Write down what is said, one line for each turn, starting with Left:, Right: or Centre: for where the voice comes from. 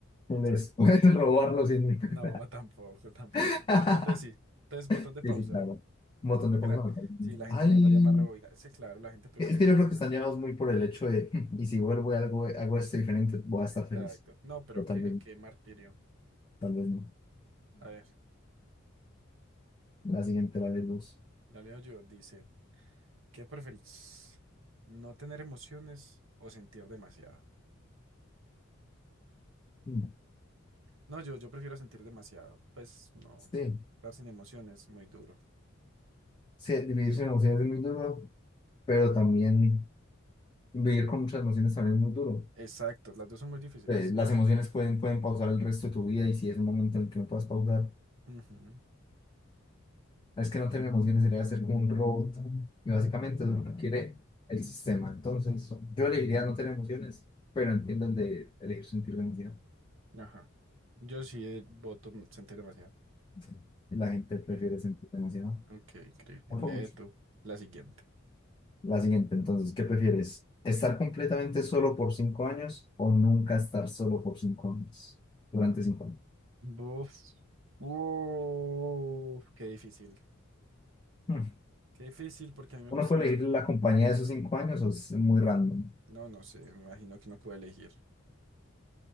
Left: puedes,
Right: exacto.
Left: <laughs> puedes robar los cien mil pesos.
Right: No, tampoco, <laughs> tampoco.
Left: <laughs>
Right: Entonces, sí, entonces, botón de pausa.
Left: Sí, sí, claro, un botón
Right: Yo creo
Left: de pausa
Right: que la,
Left: me parece.
Right: sí,
Left: mucho.
Right: la gente
Left: Ay,
Right: votaría más rebobinar. Sí, claro, la gente prefiere
Left: es que
Right: volver
Left: yo creo que están
Right: a...
Left: llevados muy por el hecho de, <laughs> y si vuelvo y algo, hago esto diferente, voy a estar
Right: Exacto.
Left: feliz,
Right: No, pero
Left: pero
Right: qué,
Left: tal vez,
Right: qué martirio.
Left: tal vez no.
Right: A ver,
Left: la siguiente, la de luz.
Right: la leo yo, dice. ¿Qué preferís? ¿No tener emociones o sentir demasiado?
Left: Mm.
Right: No, yo, yo prefiero sentir demasiado. Pues no,
Left: Sí,
Right: estar sin emociones es muy duro.
Left: sí, vivir sin emociones es muy duro, pero también vivir con muchas emociones también es muy duro.
Right: Exacto, las dos son muy difíciles.
Left: Eh, las emociones pueden, pueden pausar el resto de tu vida y si es el momento en el que no puedas pausar,
Right: Ujú,
Left: no es que no tener emociones sería ser como un robot. Y básicamente es lo que el sistema. Entonces, yo elegiría no tener emociones, pero entiendo el de elegir sentir la emoción.
Right: Ajá. Yo sí voto n- sentir demasiado.
Left: Sí. Y La gente
Right: Ok,
Left: prefiere sentir emocionado.
Right: ok, increíble.
Left: Por
Right: Lee
Left: mucho.
Right: tú la siguiente.
Left: La siguiente, entonces, ¿qué prefieres? ¿Estar completamente solo por cinco años o nunca estar solo por cinco años? Durante cinco años.
Right: Buf. Uf, qué difícil.
Left: Hmm.
Right: Qué difícil porque a mí me
Left: Uno
Right: gusta
Left: puede
Right: la
Left: elegir
Right: sola.
Left: la compañía de esos cinco años o es muy random.
Right: No, no sé, me imagino que no puedo elegir.